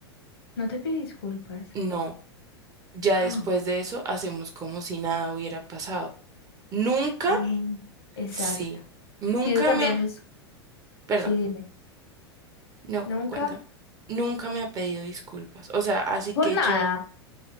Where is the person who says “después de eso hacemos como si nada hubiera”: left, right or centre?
Right